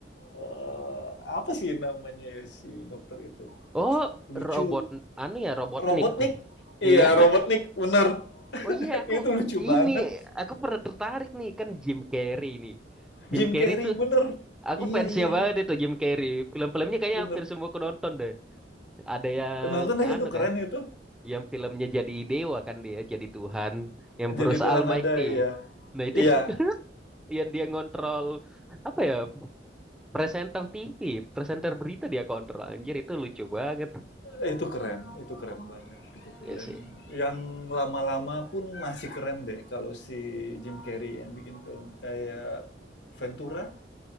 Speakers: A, on the left; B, in the centre.
A: eh, apa sih namanya ya si dokter itu?
B: Oh,
A: Lucu,
B: robot anu ya Robotnik.
A: Robotnik. Iya,
B: Iya.
A: Robotnik, bener.
B: Oh
A: <laughs>
B: iya, aku
A: Itu lucu banget.
B: ini aku pernah tertarik nih kan Jim Carrey nih. Jim
A: Jim
B: Carrey
A: Carrey,
B: tuh
A: bener.
B: aku
A: Iya,
B: fansnya
A: iya,
B: banget
A: iya,
B: itu Jim Carrey. Film-filmnya kayaknya
A: bener.
B: hampir semua aku nonton deh. Ada yang
A: Nonton deh
B: anu
A: itu keren
B: kah?
A: itu.
B: Yang filmnya jadi dewa kan dia, jadi Tuhan, yang
A: Jadi
B: Bruce
A: Tuhan
B: Almighty.
A: ada ya.
B: Nah, itu
A: Iya,
B: <laughs> yang dia ngontrol apa ya? Presenter TV, presenter berita dia kontrol. Anjir, itu lucu banget.
A: itu keren, itu keren banget, itu keren.
B: Iya sih.
A: Yang lama-lama pun masih keren deh kalau si Jim Carrey yang bikin film kayak Ventura